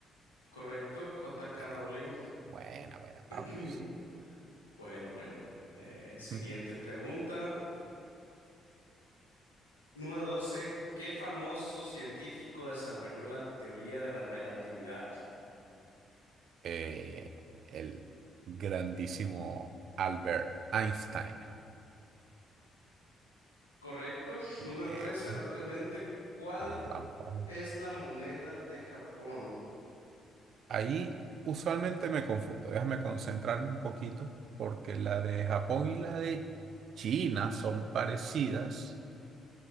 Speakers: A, on the left (about 80°); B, on the right (about 55°).
A: ¿Correcto? J.K.
B: Bien.
A: Rowling.
B: Buena, buena,
A: <clears throat>
B: vamos.
A: Bueno, bueno. Eh, siguiente
B: <laughs>
A: pregunta. Número 12. ¿Qué famoso científico desarrolló la teoría de la relatividad?
B: Eh, el grandísimo Albert Einstein.
A: ¿Correcto? Número
B: Bien.
A: 13. Rápidamente. ¿Cuál
B: Vamos, vamos, vamos.
A: es la moneda de Japón?
B: Ahí usualmente me confundo. Déjame concentrarme un poquito porque la de Japón y la de China son parecidas